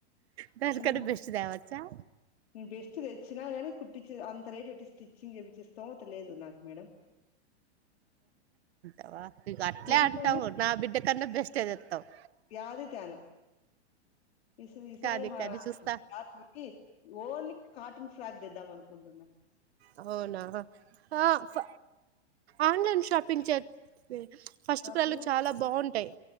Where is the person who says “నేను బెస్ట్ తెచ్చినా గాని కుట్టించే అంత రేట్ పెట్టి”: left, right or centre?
Left